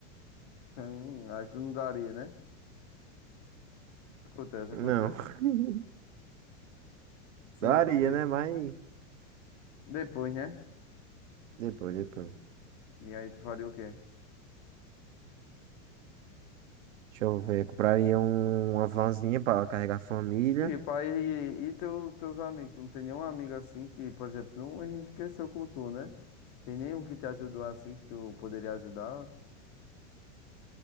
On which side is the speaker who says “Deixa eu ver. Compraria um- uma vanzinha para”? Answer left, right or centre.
Right